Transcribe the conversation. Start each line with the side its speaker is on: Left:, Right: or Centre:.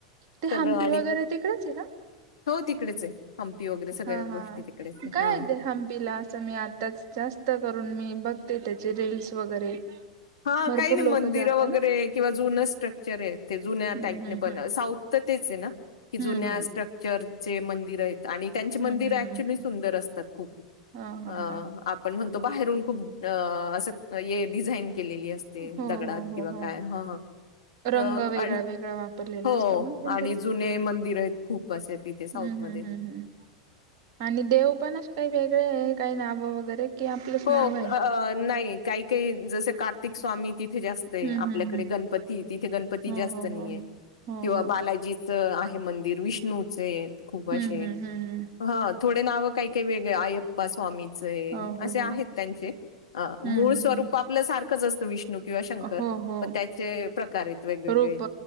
Right: ते
Left: सगळं
Right: हंपी
Left: आणि
Right: वगैरे तिकडच आहे का?
Left: हो तिकडेच आहे. हंपी वगैरे सगळ्या
Right: हा..
Left: गोष्टी
Right: हा.
Left: तिकडेच आहे.
Right: काय
Left: हां.
Right: ते हंपीला? असं मी आ त्याचे जास्त करून, मी बघते त्याचे रील्स वगैरे.
Left: हा
Right: भरपूर
Left: काही नाही,
Right: लोक
Left: मंदिरं
Right: जाता
Left: वगैरे
Right: ना
Left: किंवा जुनं स्ट्रक्चर आहे. ते जुन्या
Right: हम्म
Left: टाईपने
Right: हम्म
Left: बन साऊथ तर तेचं आहे ना? की
Right: हम्म
Left: जुन्या स्ट्रक्चरचे मंदिरं आहेत आणि त्यांचे
Right: हम्म
Left: मंदिर
Right: हम्म हम्म
Left: अक्चूली सुंदर असतात खूप,
Right: ह ह
Left: अं..
Right: ह
Left: आप पण म्हणतो बाहेरून खूप अं.. असं, ये डिझाईन केलेली असते.
Right: हो
Left: ते दगडात
Right: हो हो
Left: किंवा
Right: हो
Left: काय, हं.. हं
Right: रंग
Left: तर
Right: वेगळा
Left: आणि,
Right: वेगळा वापरलेला
Left: हो
Right: असतो ना कोणतरी
Left: आणि जुने मंदिरं आहेत खूप. <unintelligible> आहे, तिथे साऊथ
Right: हम्म
Left: मध्ये.
Right: हम्म हम्म हम्म आणि, देव पण असे काही वेगळे आहे? काही नाव वगैरे? कि आपलंच
Left: हो,
Right: नाव आहे.
Left: नाही काही काही जसे कार्तिक स्वामी तिथे जास्त आहे.
Right: हम्म
Left: आपल्याकडे
Right: हम्म हम्म
Left: गणपती, तिथे गणपती
Right: हो
Left: जास्त
Right: हो
Left: नाहीये.
Right: हो हो
Left: किंवा
Right: हो
Left: बालाजी च आहे मंदिर, विष्णूचे आहेत खूप असे.
Right: हम्म हम्म हम्म हम्म.
Left: हा, थोडे नावं काही काही वेगळे, आयप्पा स्वामीचे आहे.
Right: हो हो
Left: असे आहेत
Right: हो
Left: त्यांचे. अं..
Right: हम्म
Left: मूळ
Right: हम्म
Left: स्वरूप
Right: हम्म
Left: आपल सारख खच असतं विष्णू किंवा शंकर,
Right: हो हो
Left: पण त्याचे प्रकार आहेत वेगवेगळे.
Right: रूप